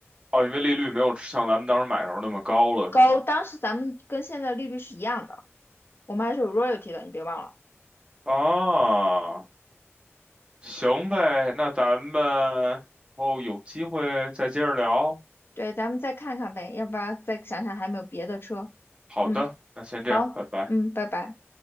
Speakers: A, on the right (about 20°); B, on the left (about 50°).
A: 哦，因为利率没有像咱们当时买的时候那么高了，
B: 高，
A: 是吗？
B: 当时咱们跟现在利率是一样的，我们还是有 royalty 的，你别忘了。
A: 啊，行呗，那咱们以后有机会再接着聊。
B: 对，咱们再看看呗，要不然再想想还有没有别的车。
A: 好的，
B: 嗯，
A: 那先这样，
B: 好，
A: 拜拜。
B: 嗯，拜拜。